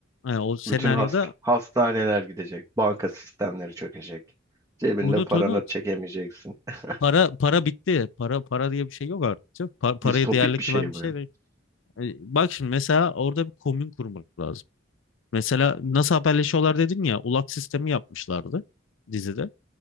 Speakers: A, on the left; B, on the right.
A: Yani o senaryoda
B: Bütün hasta, hastaneler gidecek. Banka sistemleri çökecek. Cebinde
A: unut
B: paranı
A: unut.
B: çekemeyeceksin. <laughs>
A: Para para bitti. Para para diye bir şey yok artık. canım. Pa- parayı
B: Distopik
A: değerli
B: bir
A: kılan
B: şey
A: bir
B: bu
A: şey
B: ya.
A: değil. E, Bak şimdi mesela orada bir komün kurmak lazım. Mesela nasıl haberleşiyorlar dedin ya ulak sistemi yapmışlardı dizide.